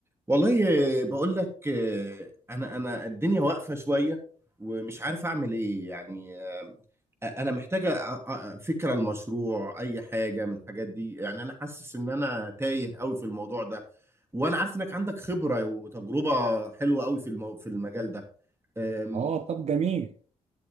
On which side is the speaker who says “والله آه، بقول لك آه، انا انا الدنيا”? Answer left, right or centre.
Right